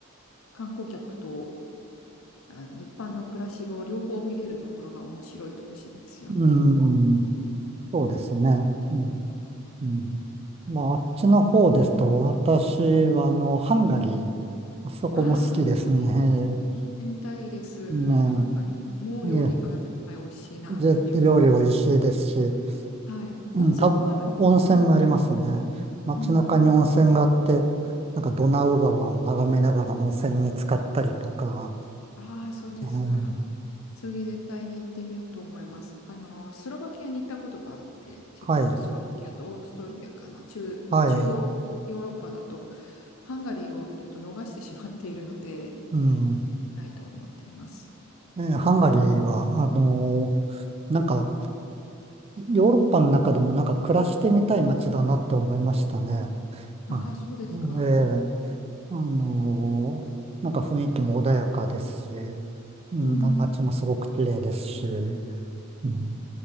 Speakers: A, on the left; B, on the right.
A: 観光客とあ一般の暮らしを両方見れるところが面白い都市ですよね。
B: うん、そうですね。うん、うん。まあ、あっちの方ですと、私はあの、ハンガリー、あそこも好きですね。
A: ああ、ハンガリー、行ってみたいです。
B: ね
A: ハンガリーもう料理が絶対美味しいなっていう。
B: え、で、料理美味しいですし、
A: はい。
B: うん、
A: 温泉もあるんですよね。
B: 多分、温泉もありますね。街中に温泉があって、
A: うん。
B: なんかドナウ川を眺めながら温泉に浸かったりとか、
A: ああ、そうですか。
B: えー
A: 次絶対に行ってみようと思います。あの、スロバキアに行ったことがあって、チェコとスロバキアとオーストリアかな。
B: はい、
A: 中、
B: はい、
A: 中央ヨーロッパだと、ハンガリーをちょっと逃してしまっているので、
B: うん。
A: 行ってみたいと思っています。
B: えーハンガリーは、あのーなんか、ヨーロッパの中でもなんか暮らしてみたい街だなって思いましたね。はい。
A: ああ、そうですか。
B: えーあのーなんか雰囲気も穏やかですし、うん、
A: うん。
B: 街もすごく綺麗ですし、うん、